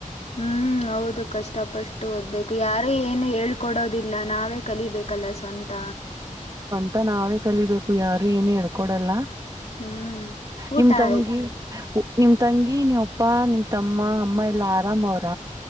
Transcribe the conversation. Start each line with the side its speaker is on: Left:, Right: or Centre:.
Left: ಹೂ -ಹೌದು ಕಷ್ಟಪಷ್ಟು ಓದ್ಬೇಕು ಯಾರು ಏನು ಹೇಳ್ಕೊಡೋದಿಲ್ಲ. ನಾವೇ ಕಲಿಬೇಕಲ್ಲ ಸ್ವಂತ.
Right: ಮತ್ತ ನಾವೇ ಕಲಿಬೇಕು ಯಾರು ಏನು ಹೇಳ್ಕೊಡಲ್ಲ.
Left: ಹ್ಮ್ ಊಟ
Right: ನಿಮ ತಂಗಿ
Left: ಆಯ್
Right: <unintelligible> ನಿಮ ತಂಗಿ ನೀವ್ ಅಪ್ಪ ನಿಮ್ ತಮ್ಮ ಅಮ್ಮ ಎಲ್ಲಾ ಆರಾಮ ಅವ್ರ.